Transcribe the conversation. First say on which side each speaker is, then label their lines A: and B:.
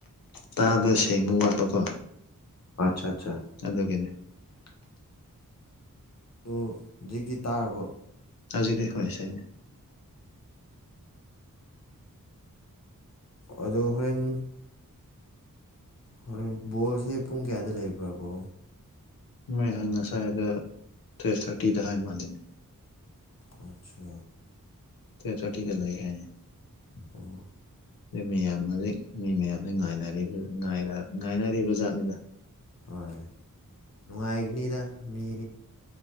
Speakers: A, on the left (about 80°); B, on the left (about 50°).
A: ꯇꯥꯗꯣ ꯁꯦꯡꯕ ꯋꯥꯠꯄꯀꯣ
B: ꯑꯠꯆꯥ ꯑꯠꯆꯥ
A: ꯑꯗꯨꯒꯤꯅꯤ
B: ꯑꯗꯨ ꯍꯧꯖꯤꯛꯀꯤ ꯇꯥꯔꯕꯣ
A: ꯍꯧꯖꯤꯛꯗꯤ ꯁꯦꯡꯉꯦ
B: ꯑꯗꯨ ꯍꯣꯔꯦꯟ ꯍꯣꯔꯦꯟ ꯕꯣꯔꯁꯦ ꯄꯨꯡ ꯀꯌꯥꯗ ꯂꯩꯕ꯭ꯔꯥ ꯀꯣ
A: ꯃꯣꯏꯍ ꯉꯁꯥꯏꯗ ꯇꯨꯌꯦꯜꯐ ꯊꯥꯔꯇꯤꯗ ꯍꯥꯏ ꯃꯥꯜꯂꯤꯅꯦ
B: ꯑꯆꯥ
A: ꯇꯨꯋꯤꯞ ꯊꯥꯔꯇꯤꯗ ꯂꯩ ꯍꯥꯏꯌꯦ
B: ꯑꯣ
A: ꯑꯩ ꯃꯤꯌꯥꯝ ꯍꯧꯖꯤꯛ ꯃꯤ ꯃꯌꯥꯝꯁꯤ ꯉꯥꯏꯅꯔꯤꯕ ꯉꯥꯏꯅꯔꯤꯕ ꯖꯥꯠꯅꯤꯗ
B: ꯍꯣꯏ ꯅꯨꯡꯉꯥꯏꯒꯅꯤꯗ ꯃꯤ